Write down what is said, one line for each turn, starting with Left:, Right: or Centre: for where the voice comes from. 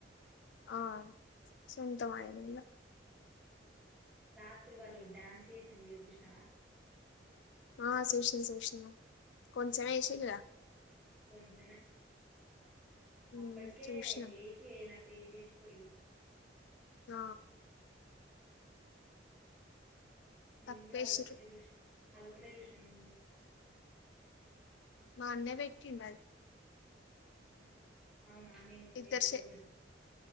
Left: ఆ సొంతమనలో
Centre: రాత్రి వాళ్ళు డ్యాన్స్ చేసిన వీడియో చూసినావా
Left: ఆ సుష్ని సూష్ణ కొంచమ్ ఎసింద
Centre: కొంచమే
Left: ఉమ్
Centre: అప్పటికే
Left: చూసిన
Centre: వేసి వయనట్టటు వేసి వేసిపోయిళు
Left: ఆ
Centre: ఉ నిం
Left: తక్కువేసిర్రు
Centre: కూడా అద పెట్టేష్ట అద ఒక్కటే చూషిన నేను కూడా
Left: మా అన్నే పెట్టిండ్ అది
Centre: ఆ అవునా నేను
Left: ఇద్దరు
Centre: వేరేటోలు
Left: చె
Centre: పడ్